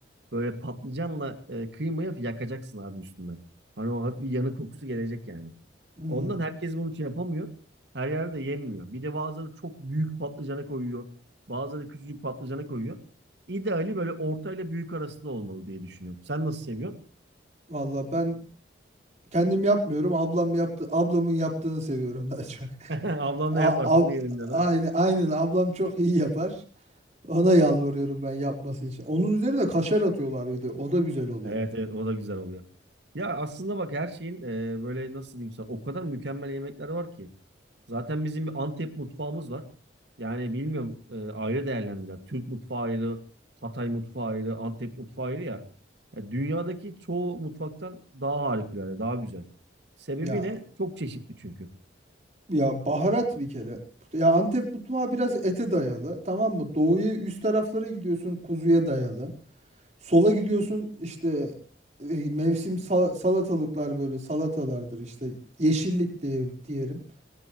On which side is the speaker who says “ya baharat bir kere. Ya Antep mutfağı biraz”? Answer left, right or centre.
Right